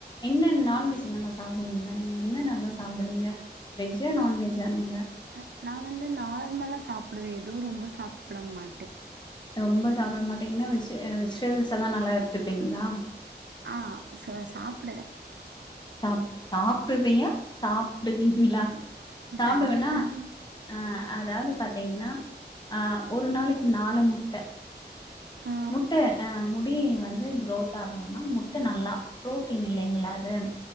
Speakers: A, on the left (about 25°); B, on the right (about 80°).
A: என்ன நான்வெஜ் நல்லா சாப்டுவீங்களா நீங்க என்ன நல்லா சாப்டுவீங்க வெஜ்ஜா நான்வெஜ்ஜா நீங்க
B: அ நா வந்து நார்மலா சாப்டுவே எது ரொம்ப சாப்ட மாட்டே
A: ரொம்ப சாப்ட மாட்டிங்கனா வெஜி வெஜிடபிள்ஸ் எல்லா நல்லா எத்துப்பிங்களா
B: ஆ ச சாப்டுவே
A: சாப் சாப்பிடுவியா சாப்டுவீங்ளா சாப்டுவேனா
B: சாப்பிட்டு
A: ஆ அதாவ்து பாத்தீங்னா அ ஒரு நாளைக்கி நாலு முட்ட
B: ஆ
A: முட்ட அ முடி வந்து குரோத் ஆகணுனா முட்ட நல்லா புரோட்டீன் இல்லைங்களா அது